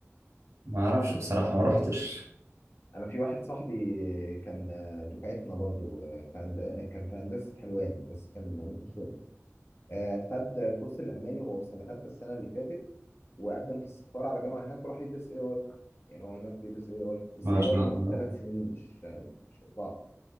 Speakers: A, on the right; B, on the left.
A: ما اعرفش بصراحه ما روحتش
B: انا في واحد صاحبي كان دفعتنا برضه في هند- كان في هندسه حلوان بس كان ميكانيكا شغل آه، خد كورس الألماني وهو في سنة تالتة السنة اللي فاتت وقدم في السفارة على جامعة هناك وراح يدرس اي اي يعني هو هناك بيدرس اي اي بس
A: ما
B: اي اي
A: شاء
B: هناك
A: الله
B: ثلاث سنين مش مش أربعة